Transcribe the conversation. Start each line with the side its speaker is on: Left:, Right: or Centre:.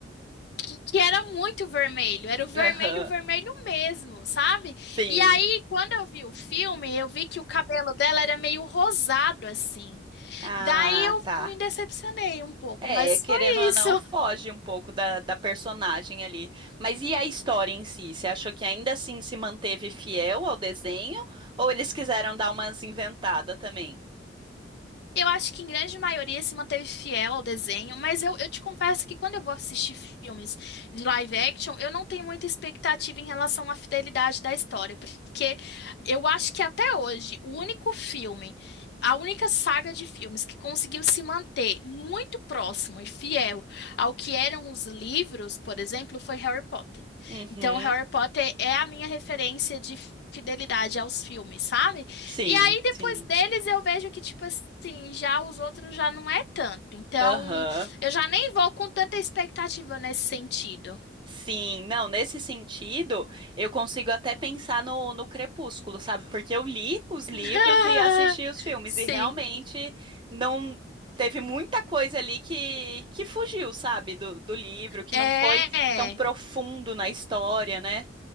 Left: que, que era muito vermelho, era o vermelho,
Right: Aham,
Left: vermelho mesmo, sabe?
Right: sim.
Left: E aí, quando eu vi o filme, eu vi que o cabelo dela era meio rosado assim.
Right: Ah,
Left: Daí eu
Right: tá.
Left: me decepcionei um pouco,
Right: É,
Left: mas
Right: querendo
Left: foi
Right: ou
Left: isso.
Right: não, foge um pouco da, da personagem ali. Mas e a história em si? Você achou que ainda assim se manteve fiel ao desenho? Ou eles quiseram dar umas inventadas também?
Left: Eu acho que em grande maioria se manteve fiel ao desenho, mas eu, eu te confesso que quando eu vou assistir filmes de live action, eu não tenho muita expectativa em relação à fidelidade da história, porque eu acho que até hoje o único filme, a única saga de filmes que conseguiu se manter muito próximo e fiel ao que eram os livros, por exemplo, foi Harry Potter.
Right: Uhum,
Left: Então, Harry Potter é a minha referência de fidelidade aos filmes, sabe?
Right: sim,
Left: E aí, depois
Right: sim.
Left: deles, eu vejo que, tipo assim, já os outros já não é tanto. Então,
Right: Aham.
Left: eu já nem vou com tanta expectativa nesse sentido.
Right: Sim, não, nesse sentido, eu consigo até pensar no, no Crepúsculo, sabe? Porque eu li os livros
Left: <laughs>
Right: e assisti os filmes,
Left: Sim.
Right: e realmente não teve muita coisa ali que, que fugiu, sabe, do, do livro, que
Left: É.
Right: não foi tão profundo na história, né?